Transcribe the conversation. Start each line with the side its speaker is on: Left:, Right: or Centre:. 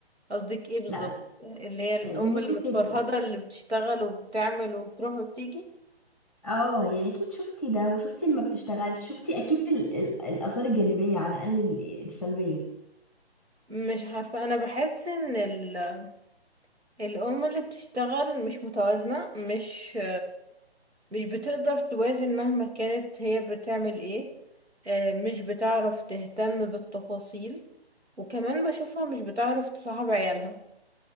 Right: قصدك ايه بالظبط
Centre: لا
Right: اللي هي الأم
Centre: ان انت
Right: اللي متفرهدة
Centre: تبقي
Right: اللي بتشتغل وبتعمل وبتروح وبتيجي
Centre: اه يعني اكيد شفتي ده وشفتي اللي ما بتشتغلش شفتي اكيد ال... ال... الاثار الجانبية على الاقل ال- السلبية
Right: مش عارفة أنا بحس ان ال- الأم اللي بتشتغل مش متوازنة مش مش بتقدر توازن مهما كانت هي بتعمل ايه آه، مش بتعرف تهتم بالتفاصيل وكمان بشوفها مش بتعرف تصاحب عيالها